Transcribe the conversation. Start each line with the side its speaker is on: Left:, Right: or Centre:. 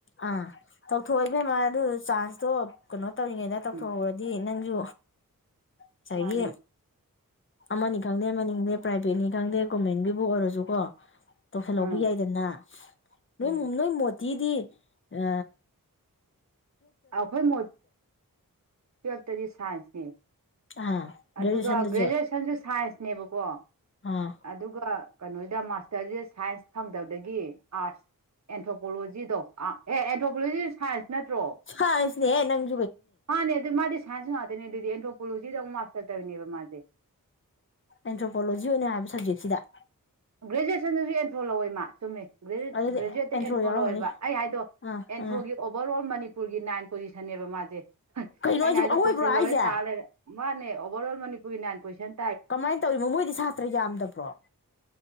Left: ꯑ ꯇꯧꯊꯣꯛꯑ‌ꯣ ꯏꯕꯦꯝꯃ ꯑꯗꯨ ꯆꯥꯟꯁꯇꯣ ꯀꯩꯅꯣ ꯇꯧꯔꯤꯉꯩꯗ ꯇꯧꯊꯣꯛꯎꯔꯗꯤ
Right: ꯎꯝ
Left: ꯅꯪꯖꯨ ꯉꯁꯥꯏꯒꯤ
Right: ꯃꯥꯅꯦ
Left: ꯑꯃꯅꯤ ꯈꯪꯗꯦ ꯑꯃꯅꯤ ꯈꯪꯗꯦ ꯄ꯭ꯔꯥꯏꯕ‌ꯦꯠꯅꯤ ꯈꯪꯗꯦ ꯒꯕꯔꯟꯃꯦꯟꯠ ꯒꯤꯕꯨ ꯑꯣꯏꯔꯁꯨꯀꯣ ꯇꯧꯁꯤꯜꯍꯧꯕ
Right: ꯑꯥ
Left: ꯌꯥꯏꯗꯅ ꯅꯣꯏꯃꯨꯡ
Right: ꯎꯝ
Left: ꯅꯣꯏꯃ‌ꯣꯠ ꯇꯤꯗꯤ ꯑ
Right: ꯑꯩꯈꯣꯏ ꯇꯨꯋꯦꯜꯐꯇꯗꯤ ꯁꯥꯏꯟꯁ ꯅ‌ꯦ
Left: ꯑꯥ ꯒ꯭ꯔꯦꯖꯨꯑꯦꯁꯟꯗꯁꯨ
Right: ꯑꯗꯨꯒ ꯒ꯭ꯔꯦꯖꯨꯑꯦꯁꯟꯁꯨ ꯁꯥꯏꯟꯁꯅꯦꯕꯀꯣ
Left: ꯑꯥ
Right: ꯑꯗꯨꯒ ꯀꯩꯅꯣꯗ ꯃꯥꯁꯇꯔꯁꯤꯗ ꯁꯥꯏꯟꯁ ꯐꯪꯗꯕꯗꯒꯤ ꯑꯥꯔꯠꯁ ꯑꯦꯟꯊ꯭ꯔꯣꯄꯣꯂꯣꯖꯤꯗꯣꯥ ꯑꯦ ꯑꯦꯟꯊ꯭ꯔꯣꯄꯣꯂꯣꯖꯤ ꯁꯥꯏꯟꯁ ꯅꯠꯇ꯭ꯔꯣ
Left: ꯁ꯭ꯥꯏꯁꯅ ꯅꯤ‌ ꯍ‌ꯦ ꯅꯪ
Right: ꯃꯥꯅꯦ ꯑꯗꯨ ꯃꯥꯗꯤ ꯁꯥꯏꯟꯁꯨ ꯉꯥꯛꯇꯅꯦ ꯑꯗꯨꯗꯤ ꯑꯦꯟꯊ꯭ꯔꯣꯄꯣꯂꯣꯖꯤꯗ ꯑꯃꯨꯛ ꯃꯥꯁꯇꯔ ꯇꯧꯋꯤꯅꯦꯕ ꯃꯥꯁꯦ
Left: ꯑꯦꯟꯊ꯭ꯔꯣꯄꯣꯂꯣꯖꯤ ꯑꯣꯏꯅ ꯍꯥꯏꯕ ꯁꯕꯖꯦꯛꯁꯤꯗ
Right: ꯒ꯭ꯔꯦꯖꯨꯑꯦꯁꯟꯗꯁꯨ ꯑꯦꯟꯊ꯭ꯔꯣ ꯂꯧꯋꯦ ꯃꯥ ꯆꯨꯝꯃꯦ ꯒ꯭ꯔꯦꯖꯨꯌꯦꯠ
Left: ꯑꯗꯨꯗꯤ
Right: ꯒ꯭ꯔꯦꯖꯨꯌꯦꯠꯇ
Left: ꯑꯦꯟꯊ꯭ꯔꯣ
Right: ꯑꯦꯟ꯭ꯔꯣ
Left: ꯌꯥꯎꯔꯝꯒꯅꯤ
Right: ꯂꯧꯋꯦꯕ ꯑꯩ ꯍꯥꯏꯗꯣ
Left: ꯑꯥ
Right: ꯑꯦꯟꯊ꯭ꯔꯣꯒꯤ
Left: ꯑꯥ
Right: ꯑꯣꯕꯔ ꯑꯣꯜ ꯃꯅꯤꯄꯨꯔ ꯃꯅꯤꯄꯨꯔꯒꯤ ꯅꯥꯏꯟ ꯄꯣꯖꯤꯁꯟꯅꯦꯕ ꯃꯥꯁꯦ ꯑꯩꯩꯅ
Left: ꯀꯩꯅꯣ ꯍꯥꯏꯁꯤꯕꯨ
Right: ꯍꯥꯏꯗꯣ ꯑꯩꯗ
Left: ꯑꯋꯣꯏꯕ꯭ꯔꯣ
Right: ꯄꯣꯏꯁꯜ
Left: ꯍꯥꯏꯁꯦ
Right: ꯂꯧꯔꯦ ꯇꯥ ꯂꯩꯔꯦ ꯃꯥꯅꯦ ꯑꯣꯕꯔ ꯑꯣꯜ ꯃꯅꯤꯄꯨꯔꯒꯤ ꯅꯥꯏꯟ ꯄꯣꯏꯁꯟ
Left: ꯀꯃꯥꯏꯅ ꯇꯧꯔꯤꯅꯣ ꯃꯣꯏꯗꯤ ꯁꯥꯇ꯭ꯔ ꯌꯥꯝꯗꯕ꯭ꯔꯣ